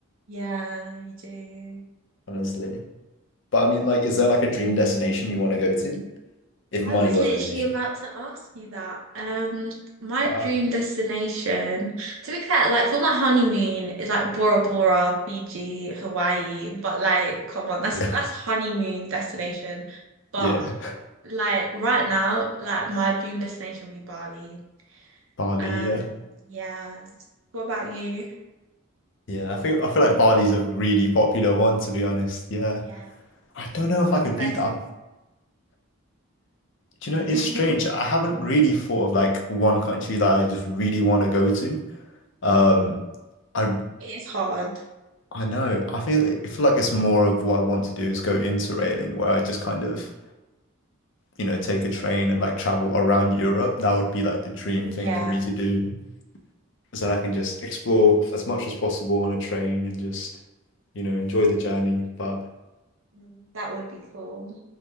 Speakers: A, on the right (about 70°); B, on the left (about 55°).
A: Yeah, you do.
B: honestly, but I
A: You
B: mean,
A: do.
B: like, is there like a dream destination you want to go to if money
A: I was
B: wasn't
A: literally
B: an issue?
A: about to ask you that. Um, my
B: Wow.
A: dream destination, to be fair, like for my honeymoon is like Bora Bora, Fiji, Hawaii, but like come on, that's
B: Yeah,
A: that's honeymoon destination. But
B: yeah.
A: like right now, like my dream destination would be Bali.
B: Bali,
A: Um,
B: yeah.
A: yeah. What about you?
B: Yeah, I think I feel like Bali's a really popular one to be honest. Yeah.
A: Yeah.
B: I don't know if
A: What
B: I could
A: can
B: beat
A: I say?
B: that. Do you know, it's
A: <laughs>
B: strange. I haven't really thought of like one country that I just really want to go to. Um I
A: It is hard.
B: I know. I feel I feel like it's more of what I want to do is go interrailing where I just kind of, you know, take a train and like travel
A: Mm,
B: around Europe. That would be like the dream
A: Yeah,
B: thing for me to do. So that I can just explore as much as possible on a train and just, you know, enjoy the journey. But
A: Mm, that would be cool.